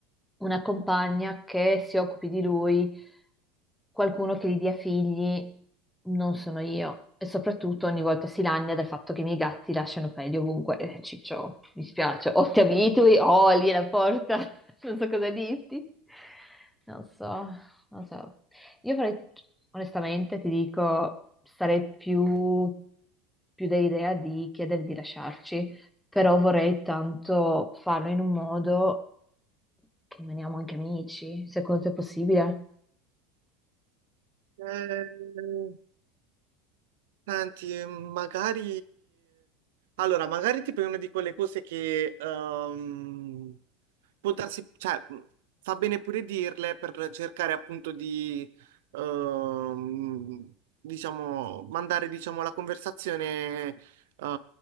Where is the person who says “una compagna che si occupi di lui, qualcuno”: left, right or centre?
Centre